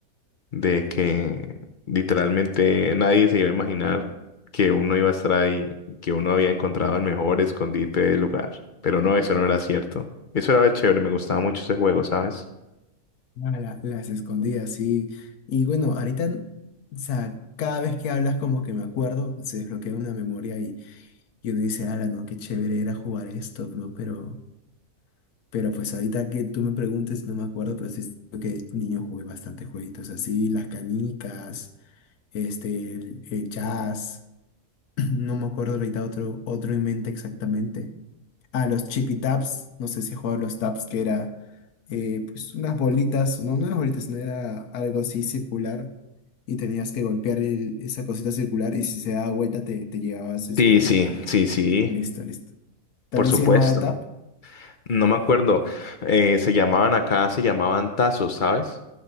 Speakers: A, on the left; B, on the left.
A: de que literalmente nadie se iba a imaginar que uno iba a estar ahí, que uno había encontrado el mejor escondite del lugar. Pero no, eso no era cierto. Eso era chévere, me gustaba mucho ese juego, ¿sabes?
B: Ah, la- las escondidas, sí. Y bueno, ahorita, o sea, cada vez que hablas como que me acuerdo, se desbloquea una memoria y, y uno dice, ala, no, qué chévere era jugar esto, bro, pero... Pero pues ahorita que tú me preguntes, no me acuerdo, pero sí creo que niño jugué bastante jueguitos así, las canicas, este, el, el jazz, <clears throat> no me acuerdo ahorita otro, otro en mente exactamente. Ah, los chippy taps, no sé si he jugado a los taps, que era eh, pues unas bolitas, no, no eran bolitas, no era algo así circular y tenías que golpear el- esa cosita circular y si se daba vuelta te, te llevabas este,
A: Sí, sí, sí, sí,
B: listo, listo. También
A: por supuesto.
B: se llamaba tap.
A: No me acuerdo, eh, se llamaban acá, se llamaban tazos, ¿sabes?